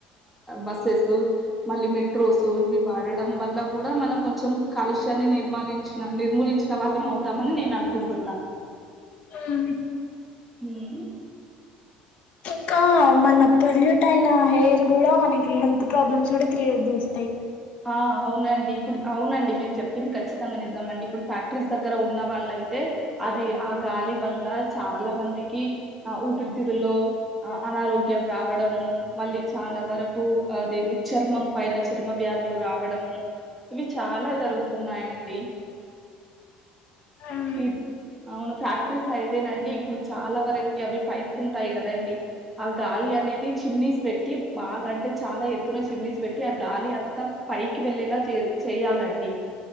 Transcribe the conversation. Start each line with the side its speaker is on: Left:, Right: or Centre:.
Centre: బస్సెస్ మళ్ళీ మెట్రోస్ ఇవి వాడడం వల్ల కూడా మనం కొంచం కాలుష్యాన్ని నిర్మిలించినా నిర్మూలించిన వాళ్ళం అవుతామని నేను అను కుంటన్నా
Left: ఉమ్
Centre: ఉమ్
Left: ఇంకా మన పొల్యూట్ అయిన హెయిర్ కూడా మనకి హెల్త్ ప్రాబ్లమ్స్ కూడా క్రియేట్ చేస్తాయి
Centre: ఆ అవునండి ఇప్పుడు అవునండి మీరు చెప్పింది ఖచ్చితంగా నిజాంమండి ఇప్పుడు ఫ్యాక్టరీస్ దగ్గర ఉన్న వాళ్ళ అయితే అది ఆ గాలి వల్ల చాలా మందికి ఆ ఊపిరితితులో ఆ అన రోగ్యం రావడము మళ్ళీ చాలా వరకు అదేంది చర్మం పైన చర్మ వ్యాధి లు రావడము ఇవి చాలా జరుగుతున్నాయండి
Left: ఉమ్
Centre: ఈ అవును ఫ్యాక్టరీస్ అయితేనండి ఇప్పుడు చాలా వరకు అవి పైప్స్ ఉంటాయి కదండి ఆ గాలి లి అనేది చిమ్నీస్ పెట్టి బాగా అంటే చాలా ఎత్తున చిమ్నీస్ పెట్టి ఆ గాలి అంతా పైకి వెళ్ళేలా చే చేయ్యాలండి